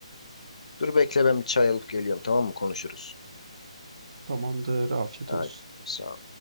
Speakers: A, on the left (about 75°); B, on the right (about 60°).
A: Dur bekle ben bir çay alıp geliyorum tamam mı konuşuruz.
B: Tamamdır, afiyet
A: Hadi
B: olsun.
A: sağ ol.